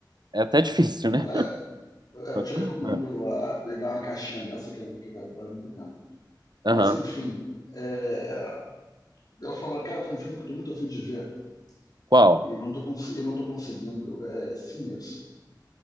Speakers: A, on the right; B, on the left.
A: é até difícil, né?
B: Cara, eu te
A: <laughs>
B: recomendo ah, pegar uma caixinha dessa que, que vai valer muito a pena. Mas,
A: Aham.
B: enfim, é, Ela fala, cara, tem um filme que eu tô muito afim de ver
A: Qual?
B: e não tô, cons- e não tô conseguindo. É Sinners.